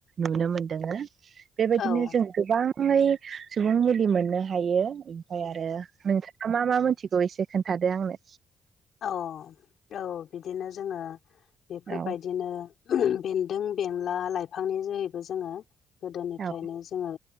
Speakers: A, on the right; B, on the left.
A: नुनो मोनदों ओ बेबायदिनो
B: औ
A: जों गोबाङै सुबुं मुलि मोननो हायो ओमफाय आरो नोंथां मा मा मोनथिगौ एसे खोन्थादो आंनो।
B: औ औ बिदिनो जोङो बेफोरबायदिनो
A: औ
B: बेन्दों बेनला लाइफांनि जोहैबो जोङो गोदोनिफ्रायनो
A: औ
B: जोङो